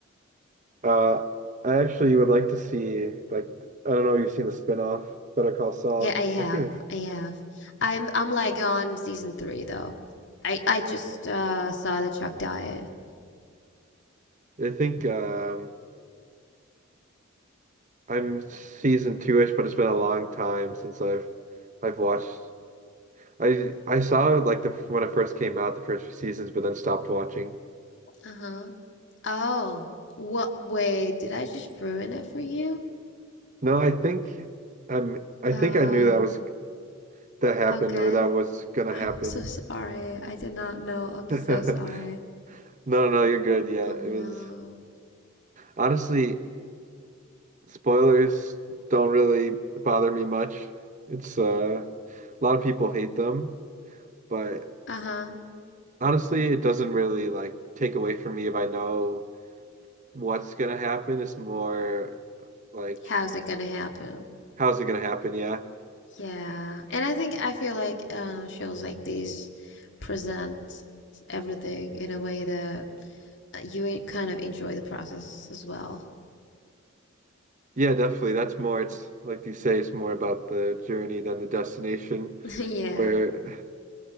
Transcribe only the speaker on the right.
uh, I actually would like to see like I don't know if you've seen the spin-off Better Call Saul.
I've seen it.
I think um, I'm season two-ish, but it's been a long time since I've I've watched. I I saw like the when it first came out, the first few seasons, but then stopped watching.
No, I think I'm I
think I knew that was that happened
or that was gonna happen.
<laughs>
No, no, you're good. Yeah,
it
was honestly spoilers don't really bother me much. It's uh, a lot of people hate them, but
honestly, it doesn't really like take away from me if I know. what's gonna happen is more like
how's it gonna happen? Yeah.
Yeah, definitely. That's more it's like you say, it's more about the journey than the destination.
Where